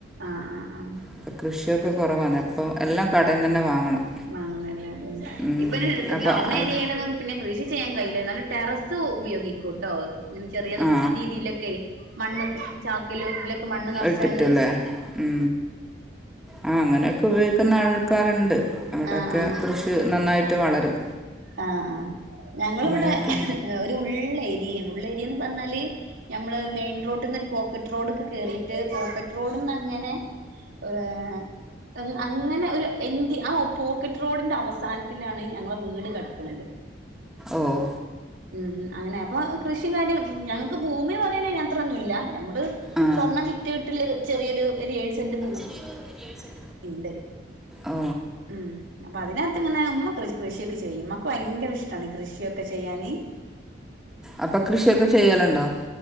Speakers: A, on the right (about 85°); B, in the centre.
A: ആഹ് ആഹ് ആഹ്
B: അപ്പം കൃഷിയൊക്കെ
A: അയ്ശെരി
B: കുറവാണ് അപ്പം എല്ലാം കടയിൽ നിന്ന് തന്നെ വാങ്ങണം
A: വാങ്ങാണം ല്ലേ
B: ഉം
A: ഇപ്പൊഞാൻ
B: അപ്പം
A: ടൗൺ
B: അവിടെ
A: ഏരിയയിലാണ് പിന്നെ കൃഷി ചെയ്യാൻ കയ്യില്ലെന്നാലും ടെറസ് ഉപയോഗിക്കൂട്ടോ <unintelligible> ചെറിയ
B: ആ
A: രീതിയിലൊക്കെയേ മണ്ണും ചാക്കിലും ഇതിലൊക്കെ മണ്ണ് നെറച്ചാണ്ട്
B: ഇട്ടിട്ടല്ലേ ഉം അഹ് അങ്ങനെയൊക്കുപയോഗിക്കുന്ന ആൾക്കാര്ണ്ട് അവിടെയൊക്കെ
A: ആഹ് ആഹ്
B: കൃഷി നന്നായിട്ട് വളരും
A: ആഹ് ആഹ് ഞങ്ങളിവിടെ
B: അങ്ങനെയൊക്കെ
A: ഒരു ഉള്ളേര്യയാണ് ഉള്ളേര്യാന്ന് പറഞ്ഞാല് നമ്മള് മെയിൻ റോട്ട്ന്നൊരു പോക്കറ്റ് റോഡ്ക്ക് കേറിയിട്ട് പോക്കറ്റ് റോഡ്ന്നങ്ങനെ ഏഹ് അങ്ങനെ ഒരു എന്റ് ആ <unintelligible> പോക്കറ്റ് റോഡിന്റെ അവസാനത്തിലാണ് ഞങ്ങള വീട് കെടക്ക്ണത്
B: ഓഹ്
A: ഉം ഉം അങ്ങനെ അപ്പൊ കൃഷിം കാര്യം ഞങ്ങക്ക് ഭൂമി പറയാനയിനത്രൊന്നില്ല നമ്മള്
B: ആ
A: സ്വർണ്ണം വിറ്റ്ട്ടല് ചെറിയൊരു ഒരു ഏഴ് സെന്റ് ഭൂമി
B: <inaudible>
A: ഇണ്ട്
B: ഓ
A: ഉം അപ്പൊ അതിനകത്ത്ങ്ങനെ ഞമ്മ കൃഷി കൃഷിയൊക്കെ ചെയ്യും ഞമ്മക്ക് ഭയങ്കരിഷ്ടാണ് കൃഷിയൊക്കെ ചെയ്യാന്
B: അപ്പൊ കൃഷിയൊക്കെ ചെയ്യലുണ്ടോ